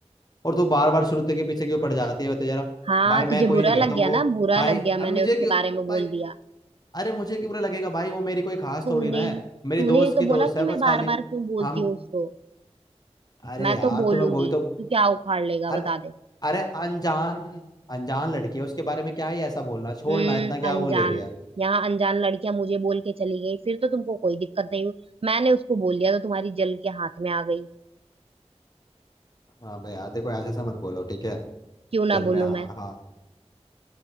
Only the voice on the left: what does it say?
और तू बार बार श्रुति के पीछे क्यों पड़ जाती है बता जरा
भाई मैं
कोई
नहीं ले गया
था वो
भाई
अब
मुझे
क्यों
भाई
अरे मुझे क्यों बुरा लगेगा भाई वो मेरी कोई खास
थोड़ी ना
है मेरी
दोस्त
की दोस्त
है
बस
खाली
हम
अरे
यार
तो मैं वही तो
अरे तो
अरे अनजान अनजान लड़की है उसके बारे में क्या ही ऐसा बोलना छोड़
ना इतना क्या
वो ले रही है
हाँ भाई यार देखो ऐसे ऐसे मत बोलो ठीक है
चल
मैं हाँ
हाँ